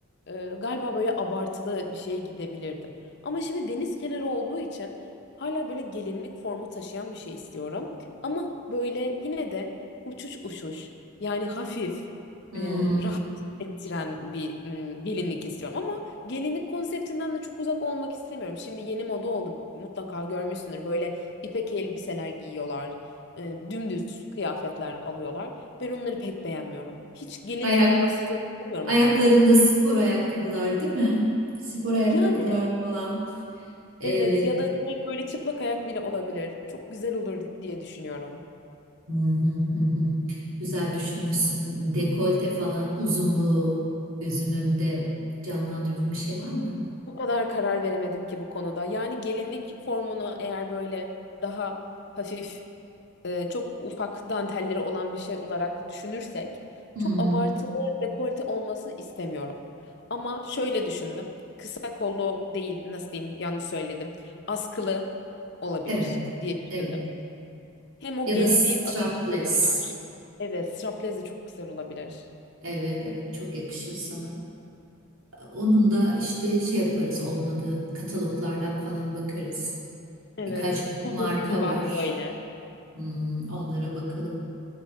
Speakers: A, on the left (about 50°); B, on the right (about 70°).
A: e, galiba böyle abartılı bir şeye gidebilirdim. Ama şimdi deniz kenarı olduğu için hala böyle gelinlik formu taşıyan bir şey istiyorum. Ama böyle yine de uçuş uçuş yani hafif
B: Hmm.
A: e, rahat ettiren bir mm, gelinlik istiyorum. Ama gelinlik konseptinden de çok uzak olmak istemiyorum. Şimdi yeni moda oldu mutlaka görmüşsündür böyle İpek elbiseler giyiyorlar. e, dümdüz kıyafetler alıyorlar. Ben onları pek beğenmiyorum. Hiç gelinlik
B: Ayak,
A: havası alamıyorum
B: ayaklarında
A: onlardan.
B: spor ayakkabılar değil mi? Spor ayakkabılar
A: Yani
B: falan. Evet.
A: evet ya da direkt böyle çıplak ayak bile olabilir. Çok güzel olur diye düşünüyorum.
B: Hı hı hı hı. Güzel düşünmüşsün. Dekolte falan uzunluğu gözünün önünde canlandırdığın bir şey var mı?
A: O kadar karar veremedim ki bu konuda. Yani gelinlik formunu eğer böyle daha hafif e, çok ufak dantelleri olan bir şey olarak düşünürsek
B: Hı
A: çok
B: hı.
A: abartılı dekolte olmasını istemiyorum. Ama şöyle düşündüm. Kısa kollu değil, nasıl diyeyim yanlış söyledim. Askılı olabilir
B: Evet.
A: diye düşündüm.
B: Evet.
A: Hem o
B: Ya
A: gelinliğin
B: da strapless.
A: ağırlığını kırar. Evet, straplez de çok güzel olabilir.
B: Evet, evet çok yakışır sana. Onun da işte şey yaparız olmadı. Kataloglardan falan bakarız.
A: Evet,
B: Birkaç marka
A: uzun bir duvak
B: var.
A: böyle.
B: Hmm, onlara bakalım.